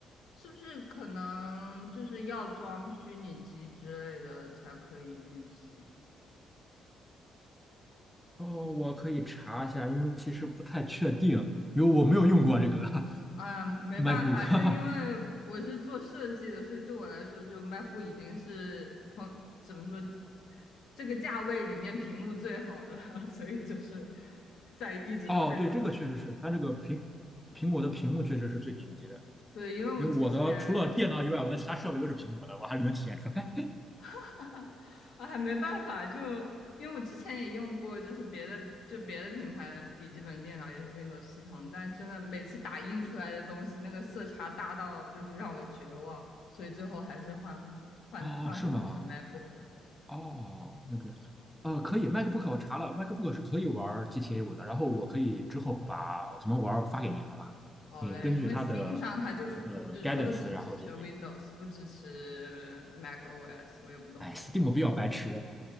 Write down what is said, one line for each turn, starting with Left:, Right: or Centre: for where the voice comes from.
Left: 是不是可能就是要装虚拟机之类的才可以运行？
Centre: 哦，我可以查一下，因为其实不太确定，因为我没有用过这个 <laughs>
Left: 啊，没办法，
Centre: MacBook。
Left: 就因为我是做设计的，
Centre: <laughs>
Left: 所以对我来说，就 MacBook 已经是朋怎么说，这个价位里面屏幕最好的了 <laughs> 所以就是在一直都在
Centre: 哦，对，这个确实是，它这个苹苹果的屏幕确实是最顶级的，
Left: 对，因为我之前
Centre: 因为我的除了电脑以外，我的其他设备都是苹果的，我还是能体验出来。
Left: <laughs> 哎没办法，就因为我之前也用过，就是别的就别的品牌的笔记本电脑也是 Windows 系统，但真的每次打印出来的东西，那个色差大到就是让我绝望，所以最后还是换换换换成
Centre: 哦，是吗？
Left: MacBook 了。
Centre: 哦，那个，呃，可以，MacBook 我查了，MacBook 是可以玩 GTA 五的，然后我可以之后把怎么玩儿发给你，好吧？
Left: 好嘞，
Centre: 你根据它的
Left: 因为 Steam 上它就是只说只支持
Centre: 呃 guidance，然后就可以。
Left: Windows，不支持 macOS，我也不懂为，
Centre: 哎，Steam 比较白痴，